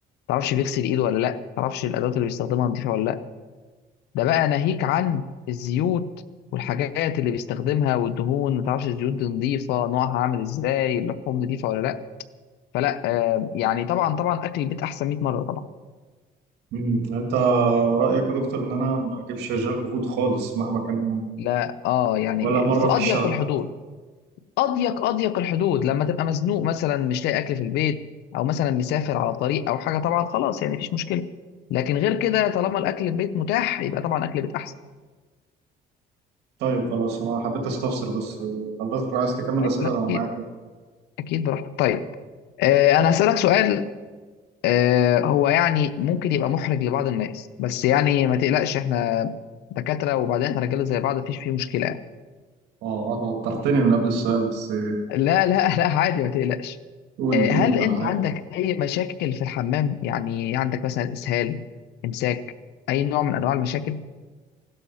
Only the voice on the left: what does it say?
تعرفش بيغسل إيده ولا لأ ما تعرفش الأدوات اللي بيستخدمها نظيفة ولا لأ ده بقى ناهيك عن الزيوت والحاجات اللي بيستخدمها والدهون ما تعرفش الزيوت دي نظيفة نوعها عامل إزاي اللحوم نظيفة ولا لأ فلا آه، يعني طبعا طبعا أكل البيت أحسن 100 مرة طبعا
لا اه يعني
في
اضيق
الحدود
اضيق اضيق الحدود لما تبقى مزنوق مثلا مش لاقي اكل في البيت او مثلا مسافر على طريق او حاجه طبعا خلاص يعني مفيش مشكله لكن غير كده طالما الاكل البيت متاح يبقى طبعا اكل البيت احسن
أيوة،
لا
اكيد
اكيد براحتك طيب آه انا هسالك سؤال آه هو يعني ممكن يبقى محرج لبعض الناس بس يعني ما تقلقش احنا دكاتره وبعدين احنا رجاله زي بعض مفيش فيه مشكله
لا لا لا عادي ما تقلقش
آه،
هل انت
مم. عندك اي مشاكل في الحمام يعني عندك مثلا اسهال امساك اي نوع من انواع المشاكل